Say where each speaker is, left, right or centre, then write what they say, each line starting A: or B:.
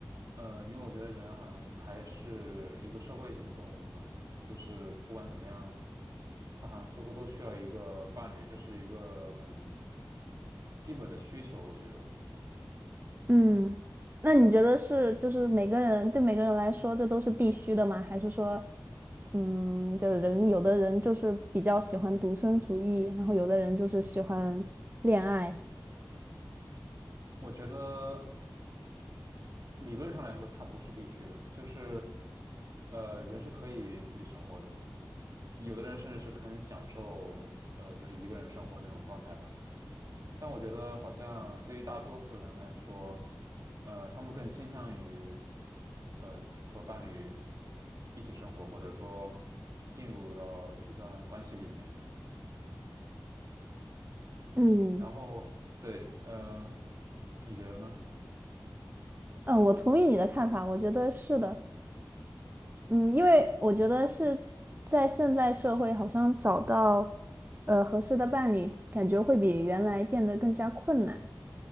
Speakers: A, on the right; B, on the right.
A: 呃，因为我觉得人好像还是一个社会性的动物吧，就是不管怎么样，他好像似乎都需要一个伴侣，这是一个很基本的需求，我觉得。
B: 嗯，那你觉得是就是每个人对每个人来说这都是必须的吗？还是说，嗯，就是人有的人就是比较喜欢独身主义，然后有的人就是喜欢恋爱。
A: 我觉得。理论上来说，它不是必须的，就是，呃，人是可以自己生活的，有的人甚至是很享受，呃，就是一个人生活那种状态吧。但我觉得，好像对于大多数人来说，呃，他们更倾向于，呃，和伴侣一起生活，或者说进入到一段关系里面。
B: 嗯。
A: 然后，对，呃，你觉得呢？
B: 嗯，我同意你的看法，我觉得是的。嗯，因为我觉得是在现在社会，好像找到呃合适的伴侣，感觉会比原来变得更加困难。